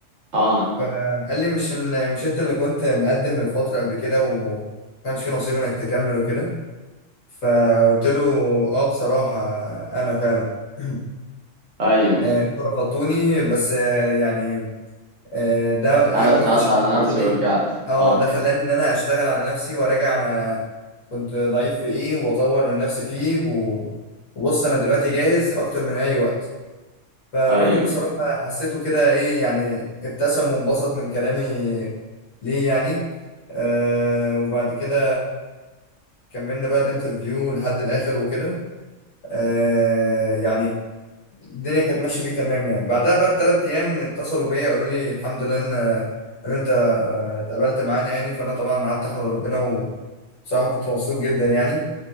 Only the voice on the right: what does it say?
اه
ايوه
انا
اشتغلت
على
نفسي
ورجعت
اه
ايوه